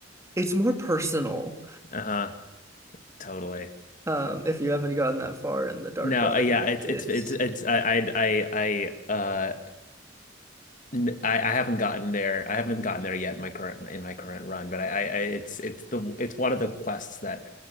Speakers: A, on the right; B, on the left.
A: it's more personal.
B: Uh-huh. Totally.
A: Um, if you haven't gotten that far in the Dark
B: No.
A: Brotherhood,
B: Uh, yeah. It's
A: it's
B: it's it's it's I I I I uh. N- I, I haven't gotten there. I haven't gotten there yet in my current in my current run, but I, I I- it's it's the it's one of the quests that